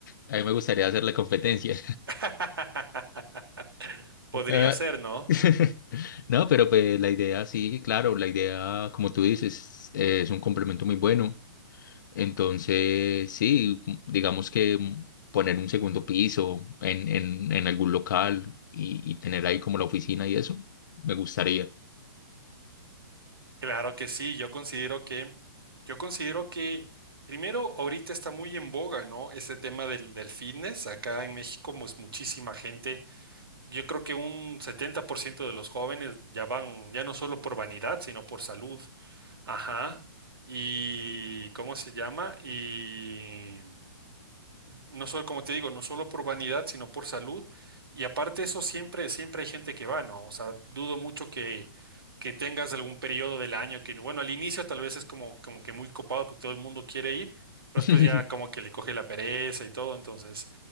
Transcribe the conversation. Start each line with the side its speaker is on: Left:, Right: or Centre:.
Left: a mí me gustaría hacerle competencia.
Right: <laughs> Podría
Left: Ah,
Right: ser, ¿no?
Left: <laughs> No, pero pues la idea sí, claro, la idea, como tú dices, eh, es un complemento muy bueno. Entonces, sí, m- digamos que mm, poner un segundo piso en, en, en algún local y, y tener ahí como la oficina y eso, me gustaría.
Right: Claro que sí, yo considero que, yo considero que primero ahorita está muy en boga, ¿no? Este tema del, del fitness, acá en México pues muchísima gente, yo creo que un 70% de los jóvenes ya van, ya no solo por vanidad, sino por salud, ajá, y ¿cómo se llama? Y no solo, como te digo, no solo por vanidad, sino por salud. Y aparte eso, siempre, siempre hay gente que va, ¿no? O sea, dudo mucho que, que tengas algún periodo del año que, bueno, al inicio tal vez es como, como que muy copado porque todo el mundo quiere ir, pero
Left: <laughs>
Right: después ya como que le coge la pereza y todo, entonces,